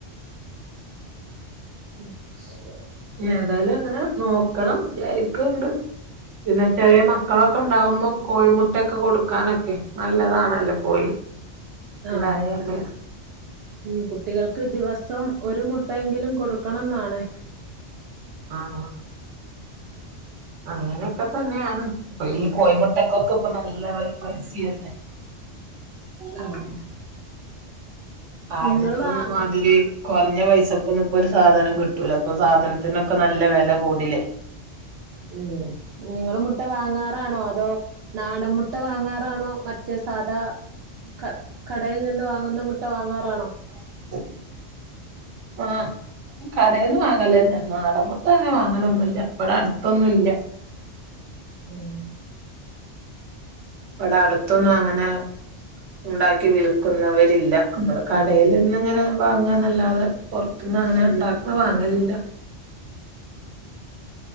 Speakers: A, on the right (about 65°); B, on the right (about 85°).
A: <unintelligible>
B: ഏതായാലും അങ്ങനെ നോക്കണം വിചാരിക്കണ്ട് പിന്നെ ചെറിയെ മക്കളൊക്കെ ഉണ്ടാവുമ്പം കോഴിമുട്ടൊക്കെ കൊടുക്കാനൊക്കെ നല്ലതാണല്ലോ കോഴി
A: ആഹ്
B: ണ്ടായാല്
A: ഉം കുട്ടികൾക്ക് ദിവസം ഒരു മുട്ടയെങ്കിലും കൊടുക്കണം ന്നാണ്
B: ആഹ് ആഹ് അങ്ങനെയൊക്കെ തന്നെയാണ് ഇപ്പൊ ഈ കോയമുട്ടക്കൊക്കെ ഇപ്പൊ നല്ല പൈസിയല്ലേ
A: ആഹ്
B: ആദ്യത്തൊന്നും
A: നിങ്ങള് വാ
B: മാതിരി കൊറഞ്ഞ പൈസക്കന്നും ഇപ്പൊ ഒരു സാധനം കിട്ടൂല ഇപ്പൊ സാധനത്തിനൊക്കെ നല്ല വെല കൂടിലേ
A: ഉം ഇഞ് ങ്ങൾ മുട്ട വാങ്ങാറാണോ അതോ നാടമ്മുട്ട വാങ്ങാറാണോ മറ്റേ സാധാ ക കടയിൽ നിന്ന് വാങ്ങുന്ന മുട്ട വാങ്ങാറാണോ
B: <inaudible> ആഹ് കടേന്ന് വാങ്ങലെന്നെ നടമ്മുട്ട അങ്ങനെ വാങ്ങലൊന്നുല്ല ബടെ അടുത്തൊന്നും ഇല്ല
A: ഉം
B: ബടെ അടുത്തൊന്നും അങ്ങനെ ഉണ്ടാക്കി വിൽക്കുന്നവരില്ല നമ്മള് കടയിൽ നിന്നിങ്ങനെ വാങ്ങാന്നല്ലാതെ പൊർത്ത്ങ്ങനെ ണ്ടാക്ക്ണെ വാങ്ങലില്ല.